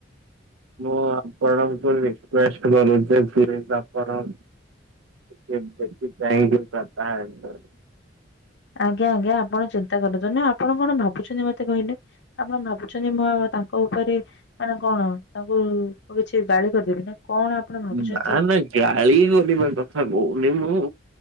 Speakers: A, on the right; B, on the left.
A: ମୁଁ ଆପଣଙ୍କୁ ରିକୁଏଷ୍ଟ କରୁଛି ପ୍ଲିଜ ଆପଣ ଟିକେ ଦେଖି ଚାହିଁ କିରୀ <unintelligible>
B: ଆଜ୍ଞା ଆଜ୍ଞା ଆପଣ ଚିନ୍ତା କରନ୍ତୁ ନି ଆପଣ କଣ ଭାବୁଛନ୍ତି ମତେ କହିଲେ? ଆପଣ ଭାବୁଛନ୍ତି ମୁଁ ତାଙ୍କ ଉପରେ ମାନେ କଣ ତାଙ୍କୁ କିଛି ଗାଳି କରିଦେବି ନା କଣ? ଆପଣ ଭାବୁଛନ୍ତି?
A: ନା ନା ଗାଳି କରିବା କଥା କହୁନି ମୁଁ